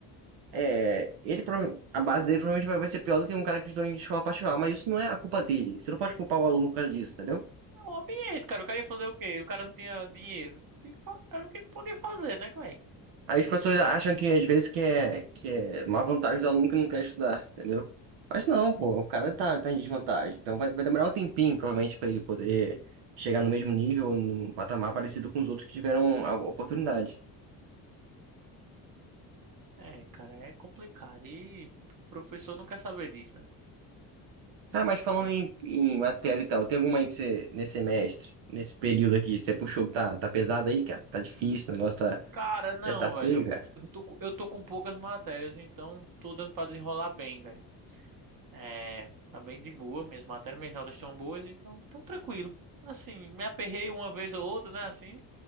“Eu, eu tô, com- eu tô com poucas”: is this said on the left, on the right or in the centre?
Right